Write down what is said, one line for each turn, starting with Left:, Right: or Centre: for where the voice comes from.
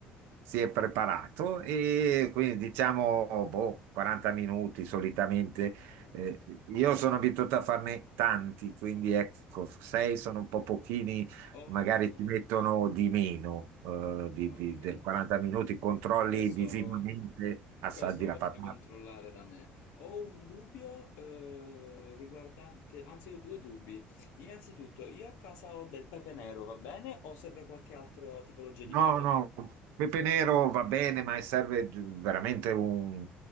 Right: si è preparato e quindi diciamo boh, 40 minuti solitamente.
Left: Ok.
Right: Eh, io sono abituato a farne tanti, quindi ecco, sei sono un po' pochini
Left: Oh,
Right: magari ti mettono di meno eh, di- di-
Left: ok.
Right: del 40 minuti, controlli
Left: Questo,
Right: visivamente, assaggi
Left: questo
Right: la
Left: posso
Right: patata.
Left: controllare da me. Ho un dubbio eh, riguardante, anzi ho due dubbi. Innanzitutto, io a casa ho del pepe nero, va bene? O serve qualche altra tipologia di
Right: No,
Left: pepe?
Right: no, pepe nero va bene, ma serve veramente un,